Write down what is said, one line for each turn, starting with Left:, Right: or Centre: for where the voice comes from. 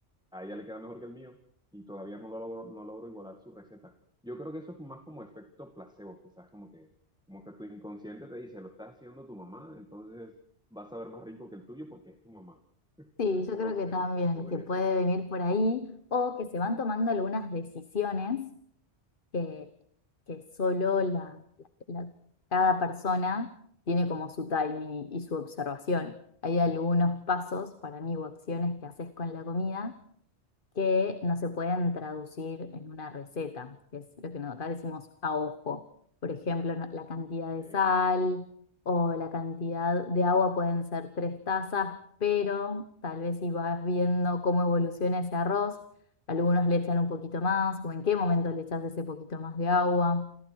Centre: a ella le queda mejor que el mío y todavía no lo logro, no logro igualar su receta. Yo creo que eso es más como efecto placebo, quizás como que, como que tu inconsciente te dice, lo está haciendo tu mamá, entonces vas a ver más rico que el tuyo porque es tu mamá. <laughs>
Left: Sí, yo
Centre: No
Left: creo
Centre: sé,
Left: que también,
Centre: podría
Left: que puede
Centre: ser.
Left: venir por ahí o que se van tomando algunas decisiones que, que solo la, la- cada persona tiene como su timing y, y su observación. Hay algunos pasos para mí o acciones que haces con la comida que no se pueden traducir en una receta, que es lo que no- acá decimos a ojo. Por ejemplo, no- la cantidad de
Centre: Eso.
Left: sal o la cantidad de agua pueden ser tres tazas, pero tal vez si vas viendo cómo evoluciona ese arroz, algunos le echan un poquito más o en qué momento le echas ese poquito más de agua.